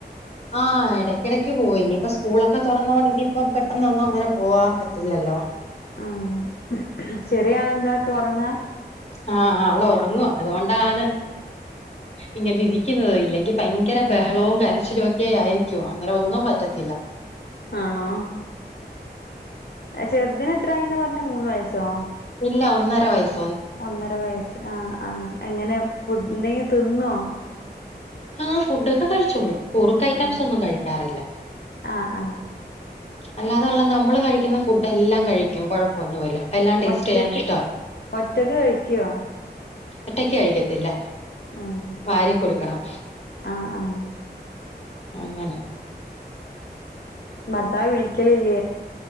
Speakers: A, on the left (about 35°); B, on the left (about 65°).
A: ആഹ് ഇടയ്ക്കിടയ്ക്ക് പോവും ഇനിയിപ്പ സ്കൂളൊക്കെ തുറന്നോണ്ട് ഇനിയിപ്പൊ പെട്ടെന്ന്ന്നൊന്നും അങ്ങനെ പോകാൻ പറ്റില്ലല്ലോ
B: ആഹ് ചെറിയളെന്താക്ക ഉറങ്ങാ
A: ആഹ് അവളെ ഉറങ്ങുവാ അതുകൊണ്ടാണ് ഇങ്ങനെ ഇരിക്കുന്നുന്നത് ഇല്ലെങ്കി ഭയങ്കര ബഹളവും കരച്ചിലും ഒക്കെ ആയിരിക്കും അന്നേരം ഒന്നും പറ്റത്തില്ല
B: ഉ <inaudible> ആണോ ചെറുദിന് എത്രയയിന്ന് പറഞ്ഞ മൂന്ന് വയസോ
A: ഇല്ല ഒന്നര വയസ്സ്
B: ഒന്നര വയസ്സ് ആഹ് ആഹ് എങ്ങനെ എന്തെങ്കി തിന്നോ
A: ആഹ് ഫുഡൊക്കെ കഴിച്ചോളൂം കുറുക്ക് ഐറ്റംസ്
B: ആഹ്
A: ഒന്നും കഴിക്കാറില്ല
B: ആഹ് ആഹ്
A: അല്ലാതെ ഉള്ള നമ്മള് കഴിക്കുന്ന ഫുഡ് എല്ലാം കഴിക്കും കുഴപ്പമൊന്നുമില്ല എല്ലാം ടേസ്റ്റ്
B: ഒറ്റക്ക്
A: ചെയ്യാൻ ഇഷ്ടവാ.
B: ഒറ്റക്ക് കഴിക്കുവോ
A: ഒറ്റയ്ക്ക് കഴിക്കത്തില്ല
B: ആഹ്
A: വാരി കൊടുക്കണം
B: ആഹ് ആഹ്
A: അങ്ങനെ
B: ഭർത്താവ് വിളിക്കലില്ല